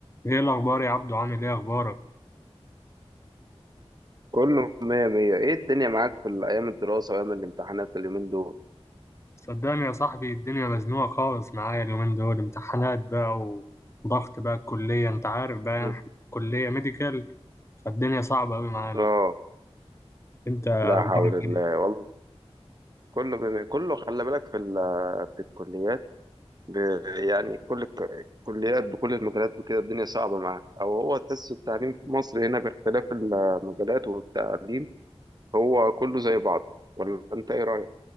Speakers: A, on the left (about 25°); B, on the right (about 40°).
A: ايه الاخبار يا عبدو عامل ايه اخبارك
B: كله مية مية ايه الدنيا معاك في ال- ايام الدراسة وايام الامتحانات اليومين دول
A: صدقني يا صاحبي الدنيا مزنوقه خالص معايا اليومين دول امتحانات بقى وضغط بقى الكليه انت عارف بقى يعني
B: مم.
A: احنا كليه ميديكال فالدنيا صعبه قوي معانا
B: اه
A: انت اخبارك
B: لا حول الله
A: ايه
B: والله كله بم... كله خلي بالك في ال... في الكليات ب... يعني كل الك- الكليات بكل المجالات بكده الدنيا صعبة معاها او هو تحس التعليم في مصر هنا باختلاف المجالات والتعليم هو كله زي بعض ولا انت ايه رأيك؟